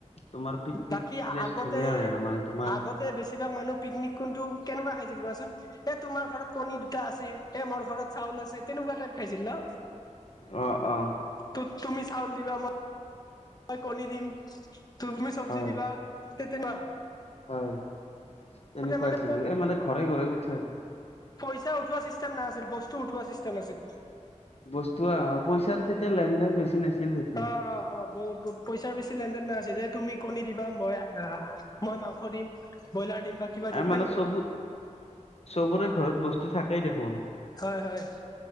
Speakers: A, on the left; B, on the left.
A: তোমাৰ পিকনিক
B: বাকী
A: প্লেচ
B: আগতে
A: ধুনীয়া হয় আৰু মানে তোমাৰ
B: আগতে বেছিভাগ মানুহ পিকনিক কোনটো কেনেকুৱা খাইছিল কোৱাচোন এ তোমাৰ ঘৰত কণী, দুটা আছে তে মোৰ ঘৰত চাউল আছে তেনেকুৱা টাইপ খাইছিল ন?
A: অঁ অঁ
B: ত-তুমি চউল, দিবা মই ই কণী, দিম তুমি চব্জি,
A: হয়
B: দিবা তে তে মা
A: হয় এনেকুৱা
B: মানে
A: আছিলো এই মানে ঘৰে- ঘৰে উঠে।
B: পইচা উঠোৱা চিষ্টেম নাছিল বস্তু উঠোৱা চিষ্টেম আছিল।
A: বস্তু আহ পইচাৰ তেতিয়া লেনদেন বেছি নাছিল। তেতিয়া
B: অ অ অ পইচাৰ বেছি লেন দেন নাছিল তুমি কণী, দিবা মই মই মাংস, দিম। ব্ৰইলাৰ, দিম বা কিবা দিম
A: আৰু মানে
B: হয় নে
A: চব
B: নাই
A: চবৰে ঘৰত বস্তু থাকেই দেখোন।
B: হয় হয়